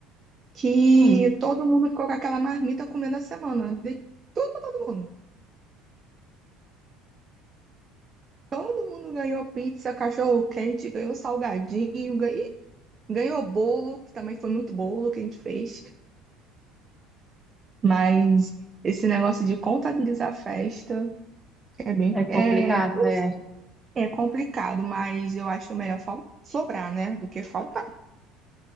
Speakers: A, on the right (about 35°); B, in the centre.
A: que
B: Sim,
A: todo mundo ficou com aquela marmita comendo a semana. De tudo para todo mundo. Todo mundo ganhou pizza, cachorro quente, ganhou salgadinho, ganhou, ganhou bolo, que também foi muito bolo que a gente fez. Mas esse negócio de contabilizar a festa é bem,
B: é
A: é,
B: complicado. É,
A: é complicado, mas eu acho melhor fal- sobrar, né, do que faltar.